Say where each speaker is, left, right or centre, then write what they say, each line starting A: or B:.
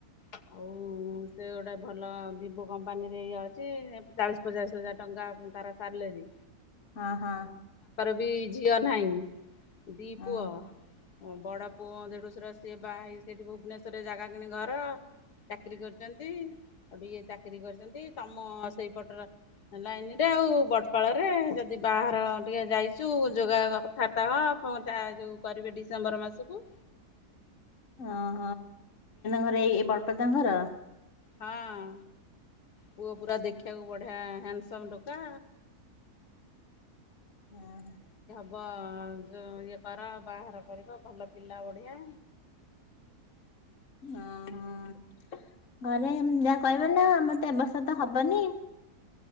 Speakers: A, on the left; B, on the left.
A: ଆଉ ସେ ଗୋଟେ ଭଲ ଭିବୋ କମ୍ପାନୀରେ ଇଏ ଅଛି। ଚାଳିଶ ପଚାଶ ହଜାର ଟଙ୍କା ତାର ସାଲାରି।
B: ହଁ- ହଁ।
A: ବି ଝିଅ ନାହିଁ ଦି
B: ହଁ।
A: ପୁଅ ଓ ବଡ ପୁଅ ଦେଢଶୁର ସିଏ ବାହା ହେଇ, ସେଠି ଭୁବନେଶ୍ଵରରେ ଜାଗା କିଣି ଘର ଚାକିରୀ କରିଛନ୍ତି ସୋଉଟୁ ଚାକିରୀ କରିଛନ୍ତି, ତମ ସେଇପଟର ସେ ଲାଇନରେ ଆଉ ବଡ ପାଳରେ ଯଦି ବାହାର ଟିକେ ଯାଇଛୁ ଯୋଗାଯୋଗ କଥାବାର୍ତ୍ତା ହ ଯୋଉ କରିବେ ଡିସେମ୍ବର ମାସକୁ
B: ଅ ହ <unintelligible> ଘର ଏଇ ବଡ଼ପାଳ ତାଙ୍କ ଘର।
A: ହଁ ପୁଅ ପୁରା ଦେଖିବାକୁ ବଢ଼ିଆ ହ୍ୟାଣ୍ଡସମ ଟୋକା
B: ହୁଁ।
A: <unintelligible> ଯୋଉ ଇଏ କର ବାହାଘର କରିବ, ଭଲ ପିଲା ବଢିଆ
B: ହଁ-ହଁ। ଘରେ ଯାହା କହିବ ନା ଆମର ଏ ବର୍ଷ ତ ହବନି